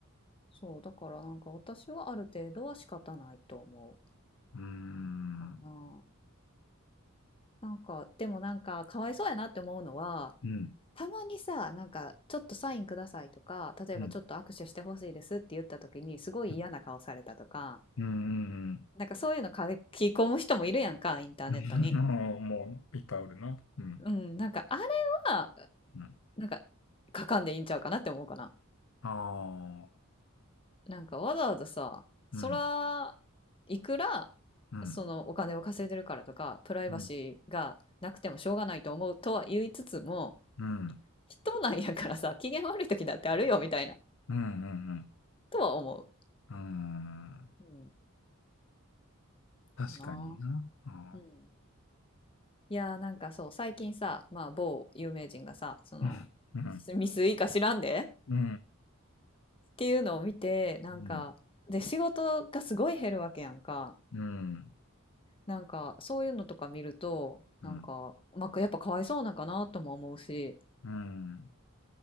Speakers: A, on the left; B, on the left.
A: そう、だからなんか私はある程度は仕方ないと思
B: うん。
A: うかな。なんか、でもなんかかわいそうやなって思うのは、
B: うん。
A: たまにさ、なんかちょっとサインくださいとか、例えばちょっと握手してほしいですって言った時にすごい嫌な顔されたとか、
B: うん。うん。うん
A: なんかそういうの書き込む人もいるやんか、インターネットに。
B: <laughs> もう、<laughs> もういっぱいおるな。うん。
A: うん、なんかあれは、
B: うん。
A: なんか書かんでいいんちゃうかなって思うかな。
B: ああ。
A: なんかわざわざさ、そら、
B: うん。
A: いくら、
B: うん。
A: そのお金を稼いでるからとか、プライバシーがなくてもしょうがないと思うとは言いつつも、
B: うん。うん。
A: 人なんやからさ、機嫌悪い時だってあるよみたいな、
B: うん。うん。
A: とは思
B: うん。うん
A: う。うん、
B: 確かにな。
A: かな。
B: あ
A: うん。いやーなんかそう、最近さ、まあ某有名人がさ、その、
B: うん、うん、
A: ミスいいか知らんで
B: う
A: っていうのを見て、なんか、
B: ん、
A: で、仕事がすごい減るわけやんか。
B: うん、
A: なんかそういうのとか見るとなんか、
B: うん、
A: まあ、やっぱかわいそうなんかなとも思うし
B: うん。